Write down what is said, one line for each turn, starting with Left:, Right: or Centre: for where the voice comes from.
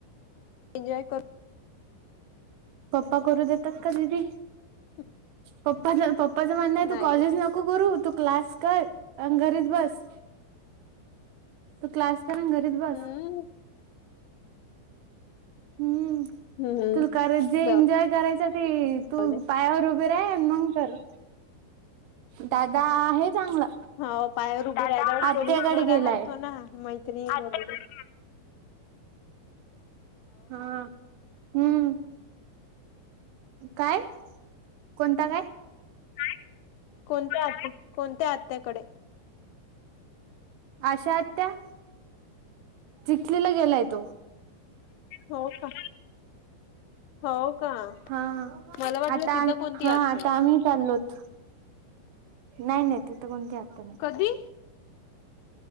Left: एनजॉय करू.
Right: पप्पा करू देतात का दिदी?
Left: <unintelligible>
Right: पप्पा पप्पाचं म्हणं आहे
Left: नाही
Right: तू कालच नको करू, तू क्लास कर, अन घरीच बस, तू क्लास कर आणि घरीच बस.
Left: हम्म
Right: हम्म.
Left: हम्म, हम्म.
Right: तू कर जे
Left: जाऊ
Right: एन्जॉय करायच ते तू
Left: दे
Right: पायावर उभे रा मंग कर. दादा आहे चांगला
Left: हो पायावर उभ राहा <unintelligible>
Right: आत्याकडे
Left: नाही राहत
Right: गेलाय
Left: तो ना म्हण <unintelligible>
Right: हा, हम्म. काय? कोणता काय?
Left: काय, कोणत्या आत्या, कोणत्या आत्याकडे?
Right: आशा आत्या. चिखलीला गेलाय तो.
Left: हो का हो का
Right: हा,
Left: मला वाटलं
Right: आता
Left: तिथं कोणती
Right: हा
Left: आत्या
Right: आता
Left: आहे
Right: आम्ही चाललोत, नाही नाही तिथं कोणती आत्या नाही.
Left: कधी